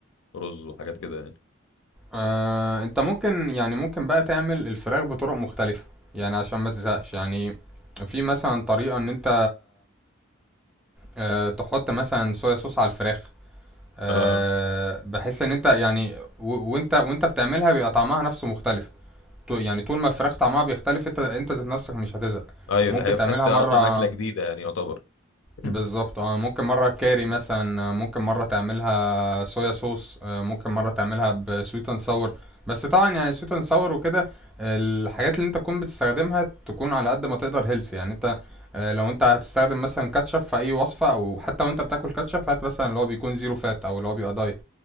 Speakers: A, on the left; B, in the centre.
A: ورز وحاجات كده يعني
B: آه، انت ممكن يعني ممكن بقى تعمل الفراخ بطرق مختلفة يعني عشان ما تزهقش يعني في مثلا طريقة ان انت آه، تحط مثلا صويا صوص على الفراخ آه،
A: اه
B: بحيث ان انت يعني و- وانت وانت بتعملها بيبقى طعمها نفسه مختلف تو- يعني طول ما الفراخ طعمها بيختلف انت انت ذات نفسك مش هتزهق
A: ايوه
B: ممكن
A: ده هي
B: تعملها
A: بتحس اصلا
B: مرة
A: اكله جديده يعني يعتبر <clears throat> <laughs>
B: بالظبط اه ممكن مرة كاري مثلا آه، ممكن مرة تعملها صويا صوص آه، ممكن مرة تعملها بسويت اند ساور بس طبعا يعني سويت اند ساور وكده الحاجات اللي انت تكون بتستخدمها تكون على قد ما تقدر هيلثي يعني انت آه، لو انت هتستخدم مثلا كاتشب في اي وصفة او حتى وانت بتاكل كاتشب هات مثلا اللي هو بيكون زيرو فات او اللي هو بيبقى دايت